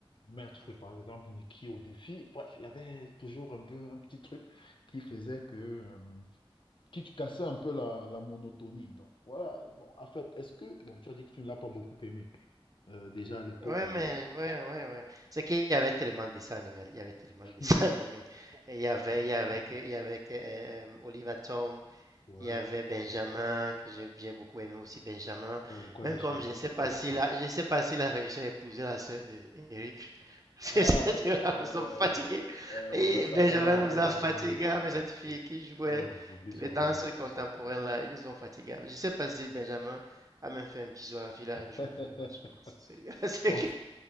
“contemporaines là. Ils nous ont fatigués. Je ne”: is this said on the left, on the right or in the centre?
Right